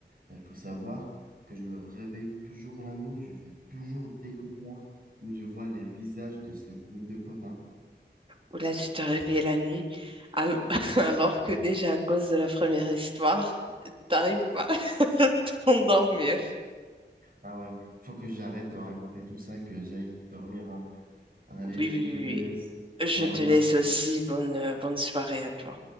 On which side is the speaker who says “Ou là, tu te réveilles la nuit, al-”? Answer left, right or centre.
Right